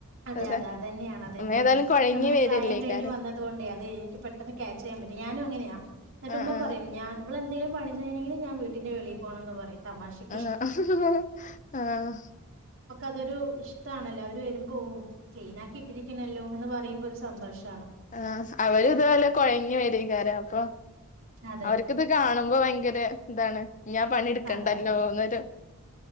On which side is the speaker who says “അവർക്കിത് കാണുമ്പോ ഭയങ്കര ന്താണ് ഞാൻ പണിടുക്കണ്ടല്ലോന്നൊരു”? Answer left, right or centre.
Left